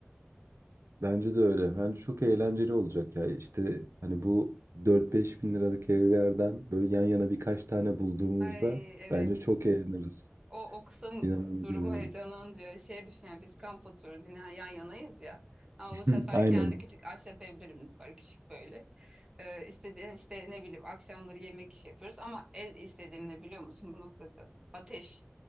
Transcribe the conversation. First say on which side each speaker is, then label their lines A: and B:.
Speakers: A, on the right (about 80°); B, on the right (about 20°).
A: Bence de öyle. Bence çok eğlenceli olacak ya. İşte hani bu dört beş bin liralık evlerden böyle yan yana birkaç tane bulduğumuzda
B: Ay evet
A: bence çok eğleniriz.
B: O, o kısım
A: İnanılmaz
B: durumu
A: eğleniriz.
B: heyecanlandırıyor. Şey düşün yani biz kamp oturuyoruz yine yan yanayız ya. Ama
A: <laughs>
B: bu sefer
A: Aynen.
B: kendi küçük ahşap evlerimiz var küçük böyle. Ee, istediğin işte ne bileyim akşamları yemek işi yapıyoruz. Ama el istediğim ne biliyor musun bu noktada? Ateş.